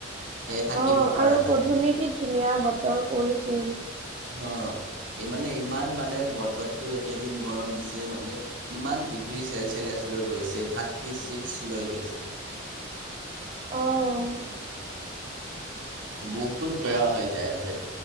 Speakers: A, on the right (about 65°); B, on the right (about 30°).
A: থাকিব
B: অ',
A: পৰা
B: আৰু
A: নাই
B: গধূলি কি ধুনীয়া বতৰ কৰিছিল।
A: অহ এই মানে ইমান মানে বতৰতটো একেদিন গৰম দিছে মানে ইমান ডিগ্ৰী থাৰ্টি ছেলচিলিয়াছ লৈ গৈ থাৰ্টি ছিক্স লৈ গৈছে
B: অহ
A: বহুত বেয়া হৈ যাই আছে